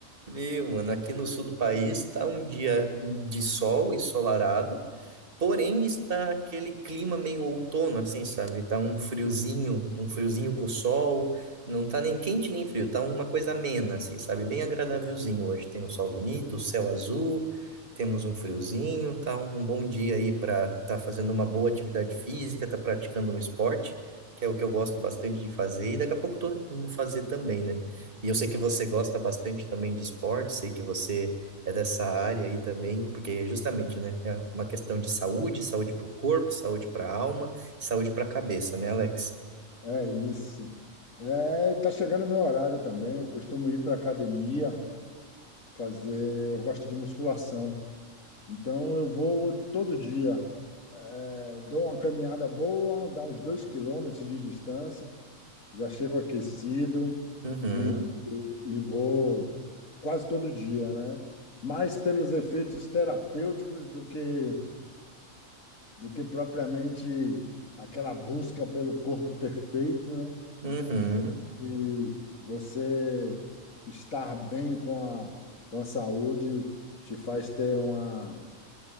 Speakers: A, on the right (about 40°); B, on the left (about 85°).
A: meu, mano, aqui no sul do país tá um dia de sol ensolarado, Porém, está aquele clima meio outono, assim, sabe? Tá um friozinho, um friozinho com sol, não tá nem quente nem frio, tá uma coisa amena, assim, sabe? Bem agradávelzinho hoje. Tem um sol bonito, o céu azul, temos um friozinho, tá um, um bom dia aí para tá fazendo uma boa atividade física, tá praticando um esporte, que é o que eu gosto bastante de fazer, e daqui a pouco tô indo fazer também, né? E eu sei que você gosta bastante também de esporte, sei que você é dessa área aí também, porque é justamente, né, é uma questão de saúde, saúde para o corpo, saúde para a alma, saúde para a cabeça, né, Alex?
B: É isso. É, tá chegando meu horário também. Eu costumo ir para academia fazer. Eu gosto de musculação, então eu vou todo dia. É, dou uma caminhada boa, dá uns dois quilômetros de distância Já chego aquecido
A: Uhum,
B: e, e vou quase todo dia, né? Mais pelos efeitos terapêuticos do que, do que propriamente aquela busca pelo corpo perfeito, né?
A: uhum.
B: E você estar bem com a, com a saúde te faz ter uma,